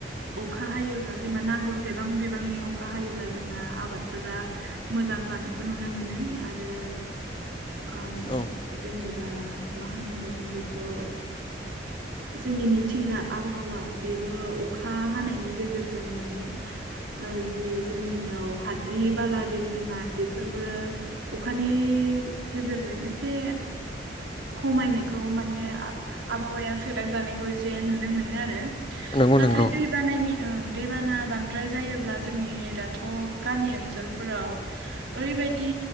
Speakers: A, on the right; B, on the left.
A: अखा हायोब्ला जेनेबा नांगौसेबां बिबांनि अखा हायोब्ला जोंना आबादफोरा मोजां जानायखौ नुनो मोनो आरो ओ
B: औ
A: जेनेबा मा होनबावगोन बेखौ जोंनि मिथिंगा आबहावा बेबो अखा हानायनि गेजेरजों माने ओ जि जोंनियाव हाद्रि बाला बिरफुंनाय बेफोरबो अखानि गेजेरजों एसे खमायनायखौ माने आबहावाया सोदांजानायखौ एसे नुनो मोनो आरो
B: नंगौ
A: नाथाय
B: नंगौ
A: दैबानायनि ओं दैबाना बांद्राय जायोब्ला जोंनि दा थ' गामि ओनसोलफोराव ओरैबायदि